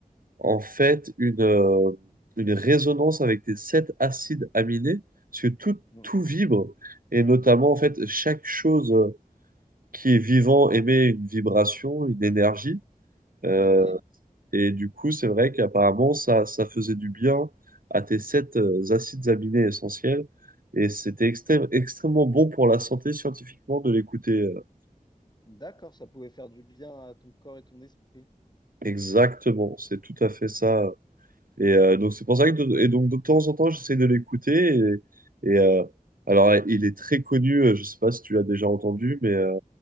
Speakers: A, on the right; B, on the left.
A: en fait une, euh, une résonance avec des sept acides aminés, parce que tout,
B: Non.
A: tout vibre. Et notamment, en fait, chaque chose qui est vivant émet une vibration, une énergie. Euh,
B: Oui.
A: Et du coup, c'est vrai qu'apparemment, ça, ça faisait du bien à tes sept euh, acides aminés essentiels. Et c'était extrême- extrêmement bon pour la santé scientifiquement de l'écouter. euh.
B: D'accord, ça pouvait faire du bien à ton corps et ton esprit.
A: Exactement, c'est tout à fait ça. Et euh, donc, c'est pour ça que de, et donc, de temps en temps, j'essaie de l'écouter. Et, et, euh, alors, il est très connu, euh, je ne sais pas si tu l'as déjà entendu, mais euh,